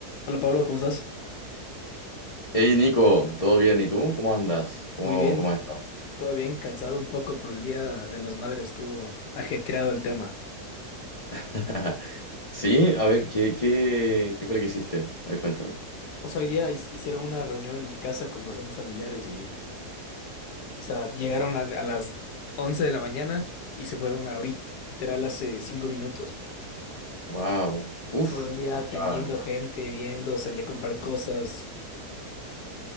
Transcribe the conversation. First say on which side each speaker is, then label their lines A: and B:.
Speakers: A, on the left (about 80°); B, on the left (about 45°).
A: Hola Pablo, ¿cómo estás?
B: Hey Nico, ¿todo bien? ¿Y tú? ¿Cómo andas? ¿Cómo,
A: Muy bien,
B: cómo has estado?
A: todo bien, cansado un poco por el Día de las Madres, estuvo ajetreado el tema.
B: <laughs> Sí, a ver, ¿qué, qué, qué fue lo que hiciste? A ver, cuéntame.
A: O sea, hoy día his- hicieron una reunión en mi casa con bastantes familiares y, o sea, llegaron a, a las 11 de la mañana y se fueron ahorita, literal hace 5 minutos.
B: Wow,
A: Entonces,
B: uf,
A: todo el día
B: o
A: atendiendo
B: sea,
A: gente, viendo, salí a comprar cosas,